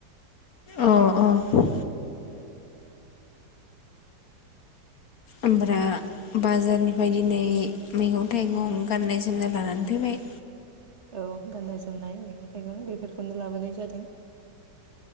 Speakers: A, on the left; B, on the right.
A: अ अ। ओमफ्रा बाजारनिफ्राय दिनै मैगं थाइगं गाननाय जोमनाय लानानै फैबाय।
B: औ गाननाय जोमनाय मैगं थाइगं बेफोर खौनो लाबोनाय जादों।